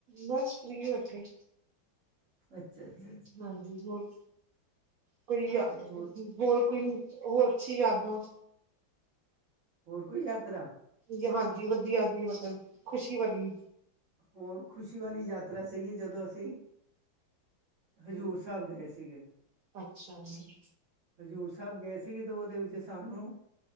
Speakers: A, on the right (about 90°); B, on the right (about 55°).
A: ਬਸ ਫਰੀ ਬੈਠੇ।
B: ਅੱਛਾ-ਅੱਛਾ ਅ।
A: ਹਾਂਜੀ ਹੋਰ ਕੋਈ ਯ
B: ਹੋਰ
A: ਹੋਰ ਕੋਈ ਹੋਰ ਅੱਛੀ ਯਾਦਾਂ।
B: ਹੋਰ ਕੋਈ ਯਾਤਰਾ।
A: ਜੀ ਹਾਂਜੀ ਵਧੀਆ ਕਿ ਮਤਲਬ ਖੁਸ਼ੀ ਵਾਲੀ।
B: ਹੋਰ ਖੁਸ਼ੀ ਵਾਲੀ ਯਾਤਰਾ ਸਹੀ ਐ, ਜਦੋਂ ਅਸੀਂ। ਹਜ਼ੂਰ ਸਾਹਿਬ ਗਏ ਸੀਗੇ।
A: ਅੱਛਾ- ਅੱਛਾ।
B: ਹਜ਼ੂਰ ਸਾਹਿਬ ਗਏ ਸੀਗੇ ਦੋ ਦਿਨ ਤੇ ਵਿੱਚ ਸਾਨੂੰ